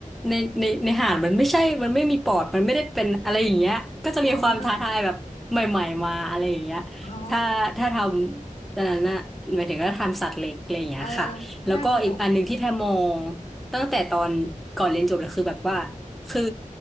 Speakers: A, in the centre; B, on the left.
A: ในในในห่านมันไม่ใช่มันไม่มีปอดมันไม่ได้เป็นอะไรอย่างเงี้ยก็จะมีความท้าทายแบบใหม่ๆมาอะไรอย่างเงี้ย
B: โอ้ อ๋อ
A: ถ้าถ้าทำ แตอนนั้นน่ะหมายถึงก็ทำสัตว์เล็กอะไรอย่างเงี้ยค่ะแล้วก็อีกอันหนึ่งที่แพรมอง
B: เออน่าสนุก
A: ตั้งแต่ตอนก่อนเรียนจบเลยคือแบบว่าคือ